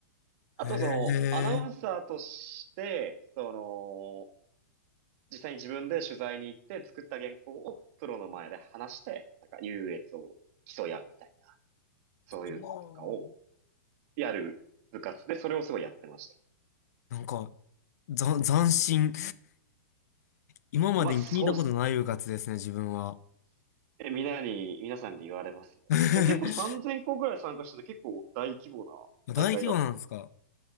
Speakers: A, on the right; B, on the left.
A: あとその、
B: へえ。
A: アナウンサーとして、その、実際に自分で取材に行って作った原稿をプロの前で話して、なんか優越を競い合うみたいな。そういうのとかを
B: あー
A: やる部活で、それをすごいやってました。
B: なんか、ざ、斬新。今までに聞いたことない部活ですね、
A: まあ、そうです。
B: 自分は。
A: え、みんなに、皆さんに言われますね。
B: <laughs>
A: でも結構3000校ぐらい参加してて結構大規模な大会だったの。
B: 大規模なんですか